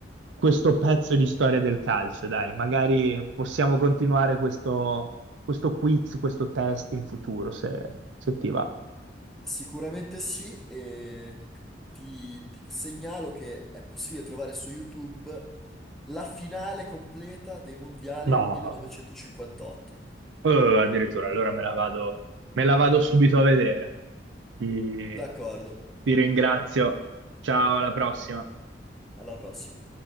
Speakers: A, on the right; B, in the centre.
A: questo pezzo di storia del calcio, dai, magari possiamo continuare questo, questo quiz, questo test in futuro, se se ti va.
B: Sicuramente sì, e ti, ti segnalo che è possibile trovare su YouTube la finale completa dei mondiali
A: No,
B: 1958.
A: Eh, addirittura, allora me la vado, me la vado subito a vedere. Ti,
B: D'accordo,
A: ti ringrazio. Ciao, alla prossima.
B: alla prossima.